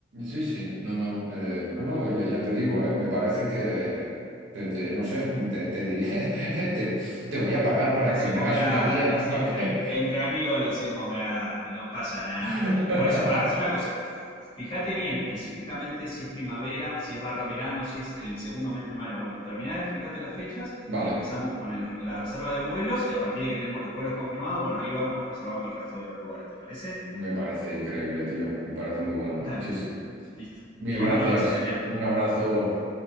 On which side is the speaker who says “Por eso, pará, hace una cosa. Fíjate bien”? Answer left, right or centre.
Left